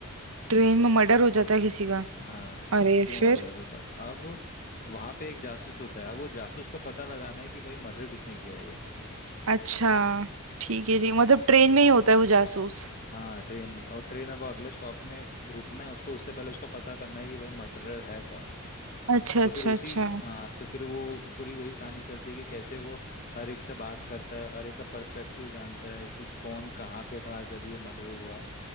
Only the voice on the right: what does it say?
ट्रेन में मर्डर हो जाता है किसी का
अरे
फिर
अच्छा ठीक है ठीक मतलब ट्रेन में ही होता है वो जासूस
अच्छा
अच्छा
अच्छा